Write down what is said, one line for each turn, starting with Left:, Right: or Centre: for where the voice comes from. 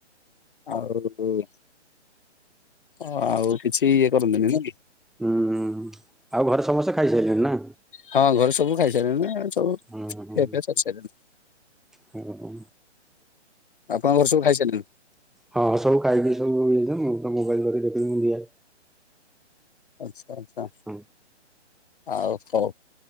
Left: ଆଉ ଆଉ କିଛି ଇଏ କରନ୍ତିନି ନା କି?
Centre: ଉଁ ଆଉ ଘରେ ସମସ୍ତେ ଖାଇସାଇଲେଣି ନା?
Left: ହଁ ଘରେ ସବୁ ଖାଇସାଇଲେଣି ନା ସବୁ
Centre: ହୁଁ
Left: ଖିଆ
Centre: ହୁଁ
Left: ପିଆ ସରି ସାଇଲାଣି।
Centre: ହୁଁ
Left: ଆପଣ ଘରେ ସବୁ ଖାଇସାଇଲେଣି?
Centre: ହଁ ସବୁ ଖାଇକି ସବୁ ଇ ମୁଁ ତ ମୋବାଇଲ ଧରି ଦେଖି <unintelligible>
Left: ଆଛା ଆଛା
Centre: ହଁ
Left: ଆଉ ହଉ